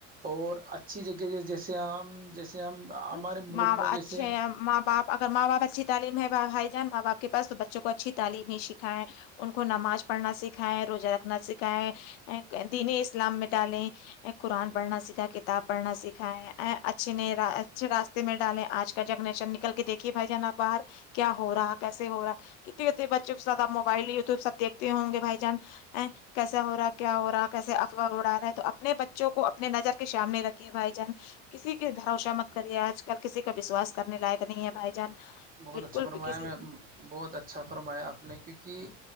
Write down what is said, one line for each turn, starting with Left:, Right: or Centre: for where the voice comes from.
Right: اور اچھی جگہ کہ جیسے ہم جیسے ہم ہمارے
Left: ہ
Right: ملک میں جیسے
Left: اچھا ماں باپ اگر ماں باپ اچھی تعلیم ہے بھائی جان ماں باپ کے پاس بچوں کو اچھی تعم ہی سکھائےیں ان کو نماز پڑھنا سکھائے روزہ رکھنا سکھائے دین اسلام میں ڈالیں قرآن پڑھنا سیکھا کتاب پڑھنا سیکھا ہے ا اچھے ن اچھے راستے میں ڈالیں آج کا جگ نیچن نکل کے دیکے بھائی جان آ باہر کیا ہو رہا ہے کیسے ہو رہا کتنے کتنے بچوں کو زد موبائل وٹیوب سب دیکھتے ہوں گے بھائی جان ا کیسا ہو رہا ہے کیا ہو رہا ہے کیسے افواہ اڑا رہا ہے تو اپنے بچوں کو اپنے نظر کے سامنے رکھیے بھائی جان کسی کی بھروشا مت کرے آج کل کسی کا وشواس کرنے لائق نہیں ہے بھائی جان
Right: بہت
Left: بالکل
Right: اچھا فرمایا
Left: بھی کسی
Right: میں بہت اچھا فرمایا اپپ نے کیونکہ